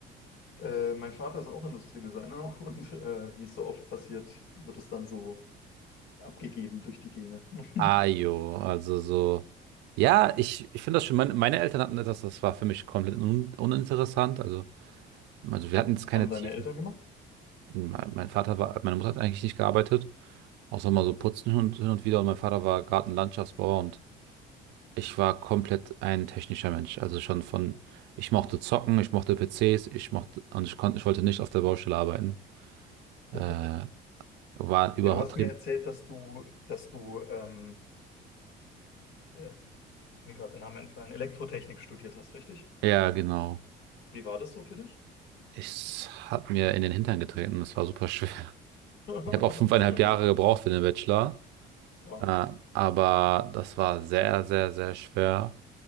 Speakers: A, on the left; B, on the right.
A: Äh, mein Vater ist auch Industriedesigner <laughs> und äh, wie es so oft passiert, wird es dann so abgegeben durch die Gene. <laughs>
B: Ah, jo, also so. Ja, ich, ich finde das schon, meine, meine Eltern hatten etwas, das war für mich komplett un, uninteressant. Also Also wir hatten jetzt keine
A: Haben
B: Tiefen.
A: deine Eltern gemacht?
B: Mein mein Vater war, meine Mutter hat eigentlich nicht gearbeitet, außer mal so putzen hin und, hin und wieder. Und mein Vater war Gartenlandschaftsbauer und ich war komplett ein technischer Mensch. Also schon von, ich mochte zocken, ich mochte PCs, ich mochte, und ich konnte, ich wollte nicht auf der Baustelle arbeiten. Äh,
A: Ja,
B: war überhaupt,
A: Ja, du hast mir erzählt, dass du, dass du, ähm, äh, ist mir gerade der Name entfallen, Elektrotechnik studiert hast, richtig?
B: ja, genau.
A: Wie war das so für dich?
B: Ich hat mir in den Hintern getreten. Das war super schwer.
A: <laughs>
B: Ich habe auch fünfeinhalb
A: Das glaube
B: Jahre
A: ich.
B: gebraucht für den Bachelor.
A: Wow.
B: Äh, aber das war sehr, sehr, sehr schwer.